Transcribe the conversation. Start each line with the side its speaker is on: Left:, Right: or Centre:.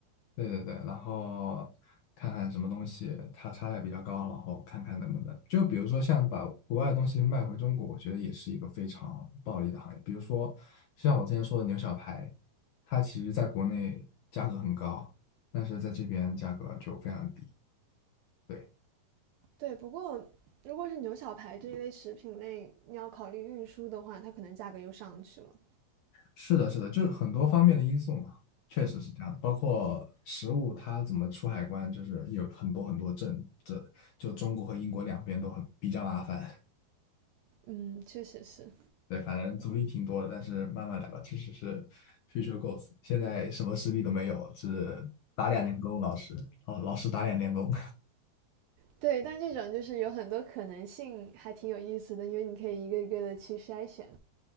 Left: 对对对，然后看看什么东西它差价比较高，然后看看能不能，就比如说像把国外的东西卖回中国，我觉得也是一个非常暴利的行业。比如说像我之前说的牛小排，它其实在国内价格很高，但是在这边价格就非常低。对，
Right: 对，不过如果是牛小排这一类食品类，你要考虑运输的话，它可能价格又上去了。
Left: 是的，是的，就是很多方面的因素嘛，确实是这样的。包括食物它怎么出海关，就是有很多很多证，这就中国和英国两边都很比较麻烦。
Right: 嗯，确实是。
Left: 对，反正阻力挺多的，但是慢慢来吧，这只是 future goals。现在什么实力都没有，只打两年工，老师，哦，老师打两年工。
Right: 对，但这种就是有很多可能性，还挺有意思的，因为你可以一个一个的去筛选。